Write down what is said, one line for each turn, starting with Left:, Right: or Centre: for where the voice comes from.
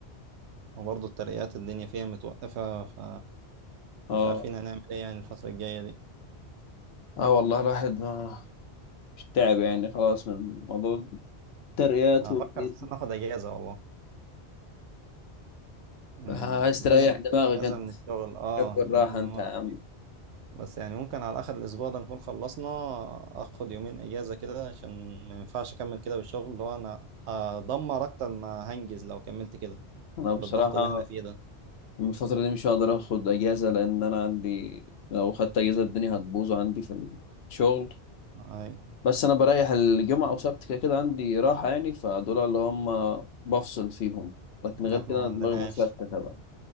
Right: وبرضه الترقيات الدنيا فيها متوقفة ف
Left: اه
Right: مش عارفين هنعمل ايه يعني الفترة الجاية دي
Left: اه والله الواحد ما مش تعب يعني خلاص من موضوع الترقيات
Right: هفكر
Left: والحاجات
Right: اساسا
Left: دي
Right: اخد اجازة والله يعني
Left: آه، عايز تريح
Right: لازم اخد
Left: دماغك
Right: اجازه
Left: انت
Right: من الشغل اه
Left: تحب الراحة
Right: يعني لازم
Left: انت
Right: اخد
Left: يا عم
Right: بس يعني ممكن على اخر الاسبوع ده نكون خلصنا اخد يومين اجازه كده عشان ما ينفعش اكمل كده بالشغل اللي هو انا هدمر اكتر ما هنجز لو كملت كده
Left: انا بصراحة
Right: بالضغط اللي احنا فيه ده
Left: من الفترة دي مش هقدر اخد اجازة لان انا عندي لو خدت اجازة الدنيا هتبوظ عندي في الشغل
Right: اي
Left: بس انا بريح الجمعه او سبت كده كده عندي راحه يعني فدول اللي هم بفصل فيهم لكن
Right: إن
Left: غير
Right: احنا
Left: كده
Right: ما
Left: أنا
Right: عندناش
Left: دماغي مشتته بقى